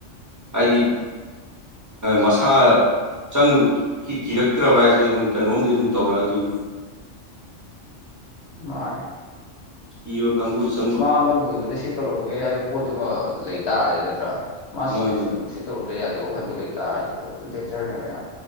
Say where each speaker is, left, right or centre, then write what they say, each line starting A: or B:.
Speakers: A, on the right; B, on the left.
A: ꯍꯥꯏꯗꯤ ꯃꯁꯥ ꯆꯪꯉ ꯆꯛꯇ꯭ꯔꯕ ꯍꯥꯏꯁꯦ ꯑꯗꯨꯝ ꯀꯩꯅꯣꯝꯗꯤ ꯑꯗꯨꯝ ꯇꯧꯔꯛꯑꯗꯣꯏꯅꯦꯕ
B: ꯃꯥꯔꯦ
A: ꯏ ꯀꯪꯨꯁ
B: ꯃꯥ ꯑꯃ ꯂꯣꯏꯕꯗ ꯁꯤ ꯇꯧꯔꯝꯒꯦ ꯍꯥꯏꯕ ꯄꯣꯠꯇꯨꯃ ꯂꯩ ꯇꯥꯔꯗꯤ ꯅꯠꯇ꯭ꯔꯥ ꯃꯥ ꯁꯤꯔꯁꯨ
A: ꯃꯥꯅꯦ ꯃꯥꯅꯦ
B: ꯇꯔꯣꯟꯗ ꯌꯥꯗꯦ ꯋꯥꯈꯟꯗꯨ ꯂꯩꯇꯥꯔꯗꯤ ꯄꯣꯠꯇꯨ ꯗꯦꯟꯖꯔꯅꯦꯕ ꯌꯥꯝ